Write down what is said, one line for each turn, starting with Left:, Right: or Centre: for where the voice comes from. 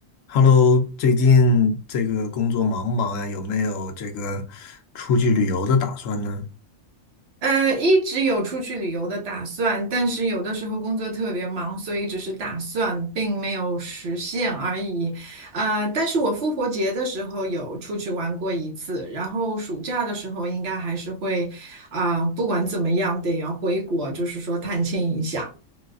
Left: Hello，最近这个工作忙不忙呀？有没有这个出去旅游的打算呢？
Right: 呃，一直有出去旅游的打算，但是有的时候工作特别忙，所以只是打算，并没有实现而已。呃，但是我复活节的时候有出去玩过一次，然后暑假的时候应该还是会，啊、不管怎么样得要回国，就是说探亲一下。